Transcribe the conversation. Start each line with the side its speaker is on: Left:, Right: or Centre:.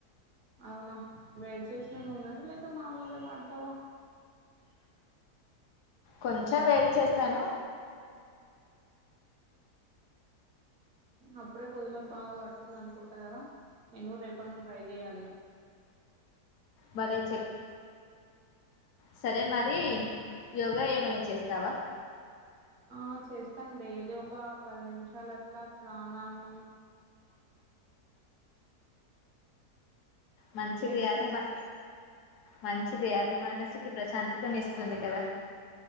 Right: అవునా వేడి చేసిన నూనె న లేక మామూలుగా వాడు తావ
Left: కొంచెం వేడి చేస్తాను
Right: అప్పుడే కుదులకు బాగా పడుతుంది అనుకుంటా కదా నేను రేపటి నుండి ట్రై చెయ్యాలి ఇగ
Left: వదే చెప్ సరే మరి యోగా ఏమైనా చేస్తావా
Right: ఆ చేస్తాను డైలీ ఒక పది నిమిషాలు అట్లా ప్రాణామం
Left: మంచిది
Right: చేస్తాను
Left: అది మా
Right: అట్లా
Left: మంచిది అది మనసుకి ప్రశాంత ను ఇస్తుంది కదా